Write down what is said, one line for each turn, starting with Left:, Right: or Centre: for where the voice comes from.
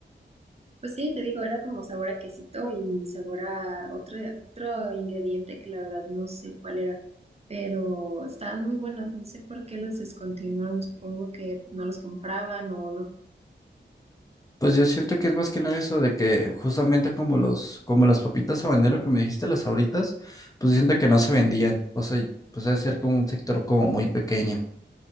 Right: Pues sí, te digo, era como sabor a quesito y sabor a otro, otro ingrediente que la verdad no sé cuál era, pero estaban muy buenas, no sé por qué los descontinuaron, supongo que pues, no los compraban o no
Left: Pues yo siento que es más que nada eso de que justamente como los, como las papitas habanero que me dijiste, las Sabritas, pues siento que no se vendían. O sea, pues debe ser como un sector como muy pequeño.